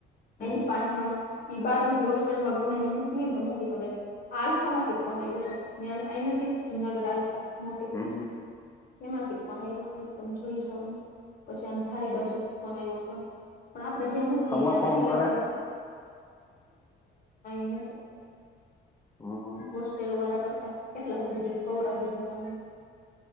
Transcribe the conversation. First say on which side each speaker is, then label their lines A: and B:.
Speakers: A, on the left; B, on the left.
A: હમ
B: અને પાંચમામાં ઈ બાર બુધી હોસ્ટેલમાં ગમે એ મૂક ને મૂકી હગાય આ આલ્ફામાંથી ફોન આવ્યો હતો. ત્યા આ નથી જુનાગઢ આલ્પ મોટી
A: હમ
B: એમાંથી ફોન આવ્યો તો એકદમ જોઈ જાવ ને પછી આમ ધારી બાજુ ફોન આવ્યો હતો પણ આપણે જેયા મૂકી
A: આમાં
B: ને
A: ફોન
B: સિલેક
A: કરે
B: કરવાનું. <inaudible>
A: હમ
B: હોસ્ટેલ વારા કરતા. કેટલાથી બધી કૌર દીધા તમને